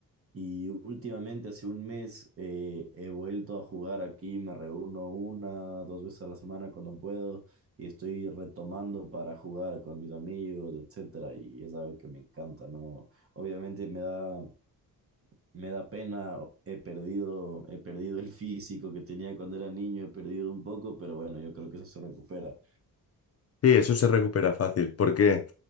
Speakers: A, on the right; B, on the left.
A: y últimamente, hace un mes, eh, he vuelto a jugar aquí, me reúno una, dos veces a la semana cuando puedo y estoy retomando para jugar con mis amigos, etcétera, y es algo que me encanta, ¿no? Obviamente me da, me da pena, he perdido, he perdido el físico que tenía cuando era niño, he perdido un poco, pero bueno, yo creo que eso se recupera.
B: Sí, eso se recupera fácil. ¿Por qué?